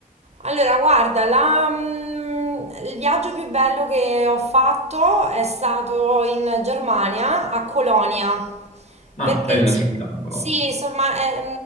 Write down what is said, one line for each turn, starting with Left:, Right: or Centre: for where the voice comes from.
Right: Allora, guarda, la, mm, il viaggio più bello che ho fatto è stato in Germania, a Colonia,
Left: Ah,
Right: perché
Left: bella città, però.
Right: sì, insomma, eh,